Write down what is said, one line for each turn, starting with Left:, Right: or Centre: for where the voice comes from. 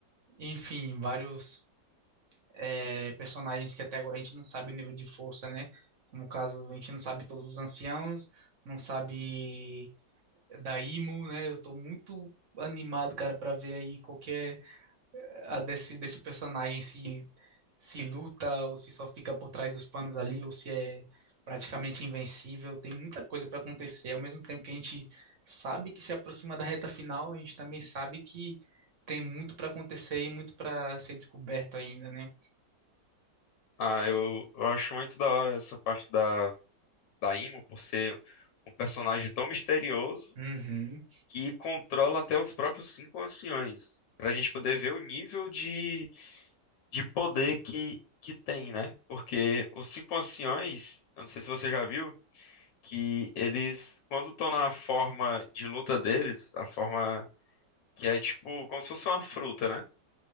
Right: enfim, vários é, personagens que até agora a gente não sabe o nível de força, né? Como o caso, a gente não sabe todos os anciãos, não sabe da Imo, né? Eu tô muito animado, cara, para ver aí qualquer a desse, desse personagem se, se luta ou se só fica por trás dos panos ali ou se é praticamente invencível. Tem muita coisa para acontecer. Ao mesmo tempo que a gente sabe que se aproxima da reta final, a gente também sabe que tem muito para acontecer e muito para ser descoberto ainda, né?
Left: Ah, eu, eu acho muito da hora essa parte da, da Imo, por ser um personagem tão misterioso
Right: Uhum,
Left: que controla até os próprios cinco anciões, para a gente poder ver o nível de, de poder que, que tem, né? Porque os cinco anciões, eu não sei se você já viu, que eles, quando estão na forma de luta deles, a forma que é tipo como se fosse uma fruta, né?